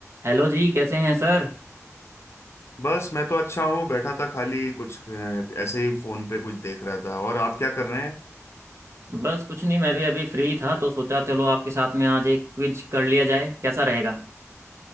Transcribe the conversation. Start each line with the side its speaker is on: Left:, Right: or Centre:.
Right: Hello जी कैसे हैं सर
Left: बस मैं तो अच्छा हूँ बैठा था खाली कुछ अ, ऐसे ही फोन पे कुछ देख रहा था और आप क्या कर रहे हैं
Right: बस कुछ नहीं मैं भी अभी फ्री था तो सोचा चलो आपके साथ में आज एक क्विज कर लिया जाए कैसा रहेगा